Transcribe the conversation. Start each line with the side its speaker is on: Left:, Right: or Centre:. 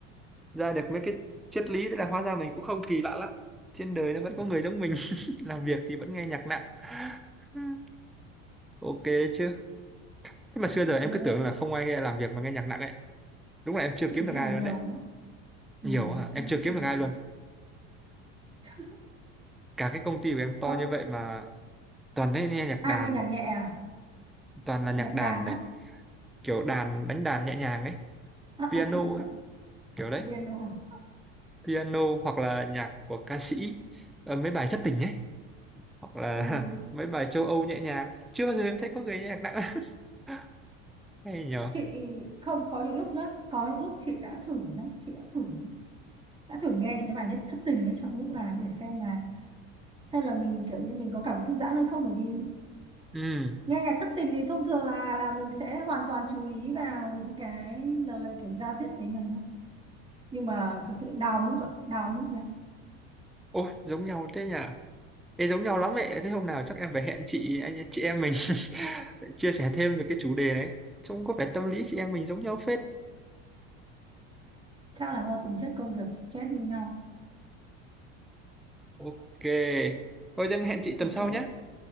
Centre: ra được mấy cái triết lý thế là hóa ra mình cũng không kỳ lạ lắm trên đời nó vẫn có người giống mình <laughs> làm việc thì vẫn nghe nhạc nặng <laughs> ok đấy chứ thế mà xưa giờ em
Right: Ờ,
Centre: cứ tưởng là không ai nghe làm việc mà nghe nhạc nặng ấy đúng là em chưa
Right: chị
Centre: kiếm
Right: nghĩ
Centre: được
Right: là
Centre: ai
Right: nhiều
Centre: luôn đấy
Right: đó. nhiều
Centre: nhiều quá à
Right: chứ
Centre: em chưa kiếm
Right: không-
Centre: được ai luôn
Right: <laughs>
Centre: cả cái công ty của em to
Right: có
Centre: như vậy mà toàn thấy nghe nhạc đàn
Right: ai nghe nhạc nhẹ à
Centre: toàn là nhạc
Right: nhạc
Centre: đàn
Right: đàn
Centre: này
Right: á
Centre: kiểu đàn đánh đàn nhẹ nhàng ấy
Right: <laughs>
Centre: piano ấy kiểu đấy
Right: có piano à?
Centre: piano hoặc là nhạc của ca sĩ ờ, mấy bài thất tình ấy hoặc là
Right: ừ
Centre: <laughs> mấy bài châu Âu nhẹ nhàng chưa bao giờ em thấy có người nghe nhạc nặng <laughs> hay nhờ
Right: chị không có những lúc nhá có những lúc chị đã thử nhá chị đã thử đã thử nghe những cái bài nhất thất tình ấy trong lúc làm để xem là xem là mình kiểu như mình có cảm thư giãn hơn không bởi vì
Centre: ừ
Right: nghe nhạc thất tình thì thông thường là là mình sẽ hoàn toàn chú ý vào những cái lời kiểu da diết đấy mà đúng không nhưng mà thực sự đào mút ạ, đào mút nha
Centre: ôi giống nhau thế nhỉ Ê, giống nhau lắm vậy thế hôm nào chắc em phải hẹn chị anh chị em mình <laughs> chia sẻ thêm về cái chủ đề đấy trông có vẻ tâm lý chị em mình giống nhau phết
Right: chắc là do tính chất công việc stress như nhau
Centre: ok thôi em hẹn chị
Right: ok
Centre: tuần sau nhé